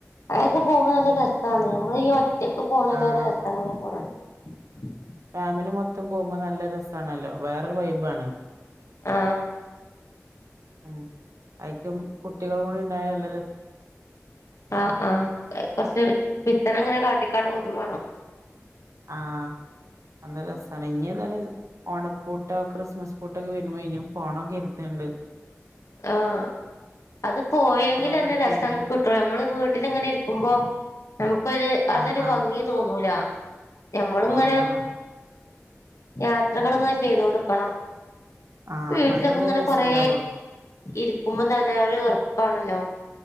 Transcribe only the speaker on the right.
ആഹ്
ഫാമിലി മൊത്തം പോകുമ്പോ നല്ല രസമാണല്ലോ വേറൊരു വൈബ് ആണ്
ഉം അയിക്കും കുട്ടികളു കൂടി ഉണ്ടായാൽ
ആ നല്ല രസമാണ് ഇഞ് <unintelligible> ഓണ പോട്ട ക്രിസ്മസ് കുട്ടു വരുമ്പോൾ ഇനി <unintelligible> പോണൊക്കെയിരുന്നു ണ്ട് <unintelligible>
വേറെടുക്കെങ്കിലും
ആഹ് ആഹ്
ആഹ് ആഹ്
ആഹ്
അപ്പളന്നെല്ലേ
രസം
ഉണ്ടാവുള്ളു